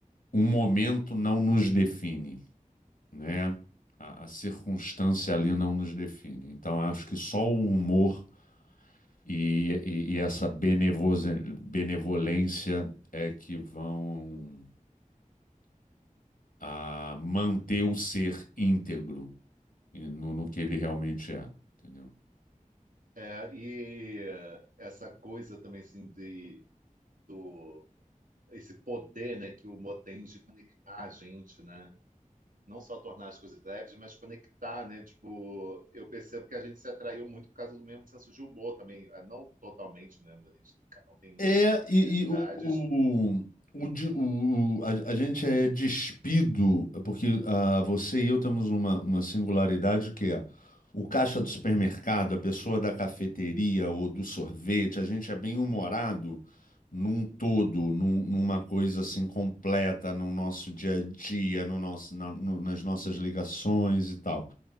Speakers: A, on the left; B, on the right.
A: o momento não nos define, né? A, a circunstância ali não nos define. Então, acho que só o humor E, e- e essa benevose- benevolência é que vão ah, manter o ser íntegro e no, no que ele realmente é, entendeu?
B: É, e essa coisa também, assim, de, do, esse poder, né, que o humor tem de conectar a gente, né? não só tornar as coisas leves, mas conectar, né? Tipo, eu percebo que a gente se atraiu muito por causa do mesmo senso de humor também, ah, não totalmente, né? A gente, cada um tem
A: É,
B: as suas peculiaridades,
A: e, e o, o, o, de- o- o- a, a gente é despido, porque ah, você e eu temos uma, uma singularidade que é o caixa do supermercado, a pessoa da cafeteria ou do sorvete, a gente é bem humorado num todo, num- numa coisa assim completa no nosso dia a dia, no nosso, na- no- nas nossas ligações e tal.